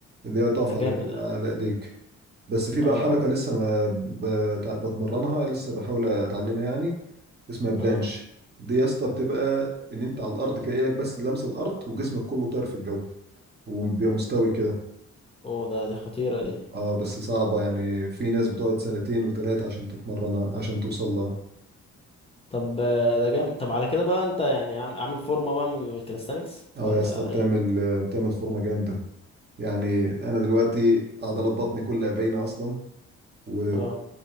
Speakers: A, on the right (about 35°); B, on the left (about 20°).
A: اللي هي تقف
B: ده جامد
A: على
B: اه
A: على ايديك بس في
B: اه
A: بقى حركه لسه ما بت- بتمرنها لسه بحاول اتعلمها يعني اسمها بلانش
B: اه.
A: دي يا اسطى بتبقى ان انت على الارض كده ايدك بس اللي لامسه الارض وجسمك كله طاير في الجو وبيبقى مستوي كده
B: اوه ده دي خطيره دي
A: اه بس صعبة يعني في ناس بتقعد سنتين وتلاتة عشان تتمرن عشان توصل لها
B: طب آه، ده جامد طب على كده بقى انت يعني عام- عامل فورمه بقى من الكاليستانكس
A: اه
B: ولا
A: يا اسطى بتعمل
B: ايه
A: بتعمل فورمة جامدة يعني انا دلوقتي عضلات بطني كلها باينة اصلا ومن
B: اه